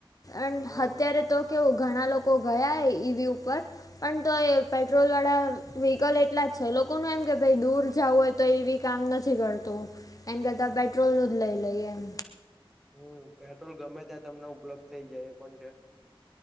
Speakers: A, on the left; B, in the centre.
A: અને
B: હા
A: અત્યારે તો કેવું ઘણા લોકો ગયા ઈ વી ઉપર. પણ તો એ પેટ્રોલ વાળા વ્હીકલ એટલા જ છે લોકોનું એમ કે ભાઈ દૂર જાવું હોય તો ઈવી કામ નથી કરતું, એન કરતા
B: હમ
A: પેટ્રોલ નું જ લઈ લઈએ એમ.
B: હમ્મ પેટ્રોલ ગમે ત્યાં તમને ઉપલબ્ધ થઇ જાય એ પણ છે.